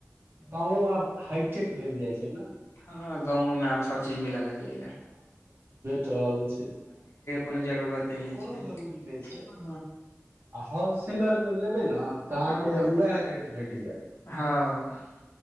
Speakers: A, on the right; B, on the left.
A: गाँव आब हाइटेक भेल जाइ छै ने
B: हँ गाँव मे आब सभचीज मिलय लगलैए
A: टल छै
B: कोनो जरूरते नहि छै
A: कोनो जरूरी नहि छै
B: हँ
A: आ होलसेलरमे लेबै ने तऽ अहाँके
B: हँ
A: उएह रेट भेट जायत
B: हँ